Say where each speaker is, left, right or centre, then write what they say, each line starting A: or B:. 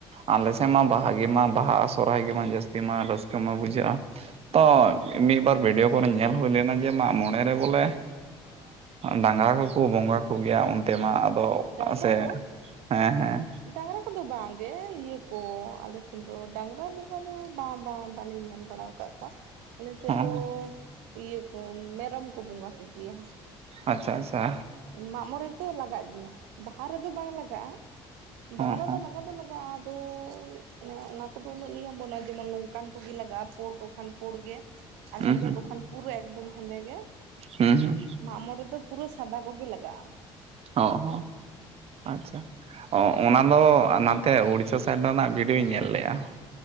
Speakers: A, on the right; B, on the right.
A: ᱟᱞᱮ ᱥᱮᱫ ᱢᱟ ᱵᱟᱦᱟᱜ ᱜᱮᱢᱟ ᱵᱟᱦᱟ ᱥᱚᱨᱦᱟᱭ ᱜᱮᱢᱟ ᱡᱟᱹᱥᱛᱤ ᱢᱟ ᱨᱟᱹᱥᱠᱟᱹ ᱢᱟ ᱵᱩᱡᱷᱟᱹᱜᱼᱟ ᱛᱚ ᱢᱤᱫᱵᱟᱨ ᱵᱷᱤᱰᱭᱳ ᱠᱚᱨᱮ ᱧᱮᱞ ᱦᱩᱭ ᱞᱮᱱᱟ ᱡᱮ ᱢᱟᱜ ᱢᱚᱬᱮ ᱨᱮ ᱵᱚᱞᱮ ᱰᱟᱝᱜᱟ ᱠᱚ ᱵᱚᱸᱜᱟ ᱠᱚᱜᱮᱭᱟ ᱚᱱᱛᱮ ᱢᱟ ᱟᱫᱚ
B: ᱰᱟᱝᱨᱟ
A: ᱥᱮ
B: ᱠᱚ
A: ᱦᱮᱸ ᱦᱮᱸ
B: ᱰᱟᱝᱨᱟ ᱠᱚᱫᱚ ᱵᱟᱝᱜᱮ ᱤᱭᱟᱹ ᱠᱚ ᱟᱞᱮ ᱥᱮᱫ ᱫᱚ ᱰᱟᱝᱨᱟ ᱵᱚᱸᱜᱟ ᱫᱚ ᱵᱟᱝ ᱵᱟᱝ ᱵᱟᱞᱮ ᱧᱮᱞ ᱵᱟᱲᱟ ᱟᱠᱟᱫ ᱠᱚᱣᱟ ᱟᱞᱮ ᱥᱮᱫ
A: ᱦᱚᱸ
B: ᱫᱚ ᱤᱭᱟᱹ ᱠᱚ ᱢᱮᱨᱚᱢ ᱠᱚ ᱵᱚᱸᱜᱟ ᱠᱚᱜᱮᱭᱟ
A: ᱟᱪᱪᱷᱟ ᱟᱪᱪᱷᱟ
B: ᱢᱟᱜ ᱢᱚᱬᱮ ᱫᱚ ᱞᱟᱜᱟᱜ ᱜᱮᱭᱟ ᱵᱟᱦᱟ ᱨᱮᱫᱚ ᱵᱟᱝ ᱞᱟᱜᱟᱜᱼᱟ
A: ᱦᱚᱸ
B: ᱵᱟᱦᱟ ᱨᱮᱫᱚ
A: ᱦᱚᱸ
B: ᱞᱟᱜᱟ ᱫᱚ ᱞᱟᱜ ᱛᱚᱵᱮ ᱟᱫᱚ ᱢᱟᱱᱮ ᱚᱱᱟ ᱠᱚᱫᱚ ᱩᱱᱟᱹᱜ ᱱᱤᱭᱚᱢ ᱵᱟᱹᱱᱩᱜᱼᱟ ᱡᱮᱢᱚᱱ ᱱᱚᱝᱠᱟᱱ ᱠᱚᱜᱮ ᱞᱟᱜᱟᱜᱼᱟ ᱯᱩᱲᱠᱚ ᱠᱷᱟᱱ ᱯᱩᱲ ᱜᱮ ᱟᱨ
A: ᱦᱩᱸ
B: ᱦᱮᱸᱫᱮ
A: ᱦᱩᱸ
B: ᱠᱚ ᱠᱷᱟᱱ ᱯᱩᱨᱟᱹ ᱮᱠᱫᱚᱢ ᱦᱮᱸᱫᱮ ᱜᱮ
A: ᱦᱩᱸ ᱦᱩᱸ
B: ᱢᱟᱜᱢᱚᱨᱮ ᱫᱚ ᱯᱩᱨᱟᱹ ᱥᱟᱫᱟ ᱠᱚᱜᱮ ᱞᱟᱜᱟᱜᱼᱟ
A: ᱦᱚ ᱦᱚᱸ ᱟᱪᱪᱷᱟ ᱚ ᱚᱱᱟ ᱫᱚ ᱱᱟᱛᱮ ᱩᱲᱤᱥᱥᱟ ᱥᱟᱭᱤᱰ ᱨᱮᱱᱟᱜ ᱵᱷᱤᱰᱭᱳᱧ ᱧᱮᱞ ᱞᱮᱫᱜᱼᱟ